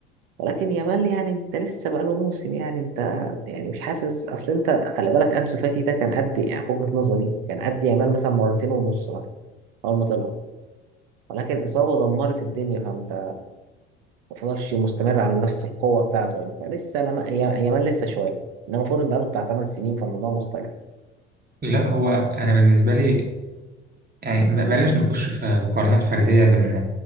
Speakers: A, on the right; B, on the right.
A: ولكن يامال يعني انت لسه بقى له موسم يعني انت يعني مش حاسس اصل انت خلي بالك انسو فاتي ده كان قد يعني في وجهة نظري كان قد يامال مثلا مرتين ونص مثلا اول ما طلع ولكن اصابه دمرت الدنيا فانت ما فضلش مستمر على نفس القوه بتاعته يعني فلسه لما يا- يامال لسه شويه انما فودن بقى له بتاع 8 سنين فالموضوع مختلف
B: لا هو أنا بالنسبة لي يعني ما- بلاش نخش في مقارنات فردية بين